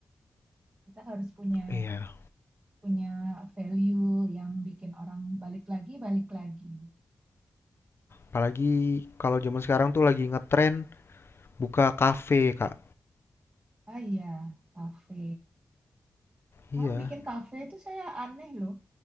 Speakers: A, on the right; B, on the left.
A: Kita harus punya
B: Iya
A: punya value yang bikin orang balik lagi, balik lagi.
B: Apalagi kalau zaman sekarang tuh lagi ngetren buka kafe, Kak.
A: Ah iya, kafe.
B: Iya.
A: Orang bikin kafe itu saya aneh loh.